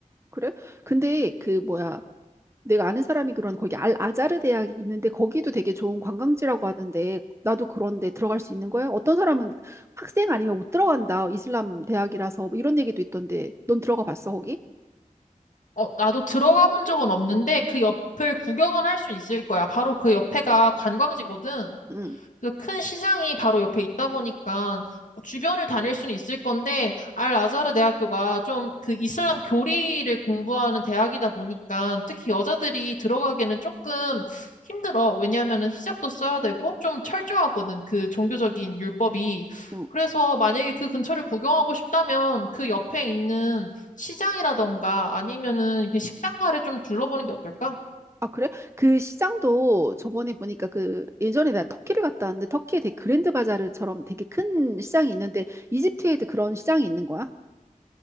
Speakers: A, on the right; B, on the left.
A: 그래? 근데 그 뭐야? 내가 아는 사람이 그런 거기 알 아자르 대학이 있는데 거기도 되게 좋은 관광지라고 하던데 나도 그런데 들어갈 수 있는 거야? 어떤 사람은 학생 아니면 못 들어간다. 이슬람 대학이라서 뭐 이런 얘기도 있던데 넌 들어가 봤어 거기?
B: 어, 나도 들어가 본 적은 없는데 그 옆을 구경은 할 수 있을 거야. 바로 그 옆에가 관광지거든.
A: 응.
B: 그래서 큰 시장이 바로 옆에 있다 보니까 뭐 주변을 다닐 수는 있을 건데 알 아자르 대학교가 좀 그 이슬람 교리를 공부하는 대학이다 보니까 특히 여자들이 들어가기에는 조금 힘들어. 왜냐하면 히잡도 써야 되고 좀 철저하거든. 그 종교적인 율법이.
A: 응.
B: 그래서 만약에 그 근처를 구경하고 싶다면 그 옆에 있는 시장이라던가 아니면은 그냥 식당가를 좀 둘러보는 게 어떨까?
A: 아, 그래? 그 시장도 저번에 보니까 그 예전에 나 터키를 갔다 왔는데 터키에 되게 그랜드 바자르처럼 되게 큰 시장이 있는데 이집트에도 그런 시장이 있는 거야?